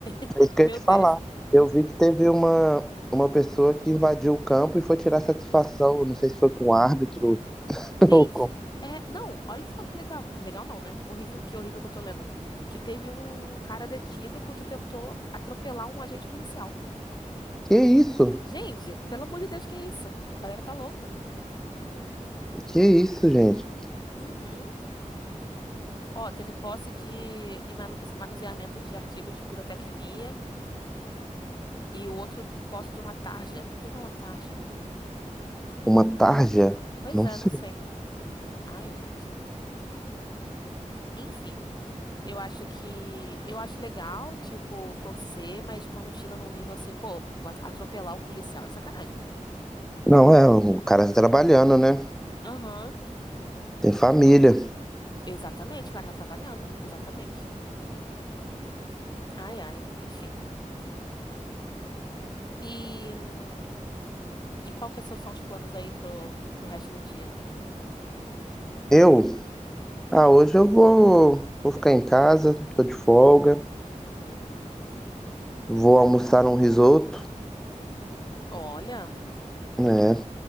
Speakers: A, on the left (about 35°); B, in the centre.
A: <laughs>
B: é isso que
A: Meu
B: eu ia te
A: Deus.
B: falar. Eu vi que teve uma, uma pessoa que invadiu o campo e foi tirar satisfação. Eu Não sei se foi com o árbitro <laughs>
A: Gente,
B: ou com.
A: é. Não, olha só que legal. Legal não, né? Horrível. Que horrível que eu tô lendo. Que teve um cara detido porque tentou atropelar um agente policial.
B: Que isso?
A: Gente, pelo amor de Deus, que é isso? A galera tá louca.
B: Que isso, gente?
A: Uhum. Ó, teve posse de e manu- manuseamento de artigos de pirotecnia e o outro posse de uma tarja. O que que é uma tarja?
B: Uma tarja?
A: Pois
B: Não
A: é,
B: sei.
A: não sei. Ai, gente. Enfim. Eu acho que. Eu acho legal, tipo, torcer, mas quando chega num nível assim, pô, atropelar um policial é sacanagem, né?
B: Não, é, o cara tá trabalhando, né?
A: Aham,
B: Tem família.
A: exatamente, o cara tá trabalhando, exatamente. Ai, ai, enfim. E, hum, e qual que são os planos aí pro, pro resto do dia?
B: Eu Ah, hoje eu vou, vou ficar em casa, tô de folga,
A: Uhum.
B: vou almoçar um risoto,
A: Olha,
B: né?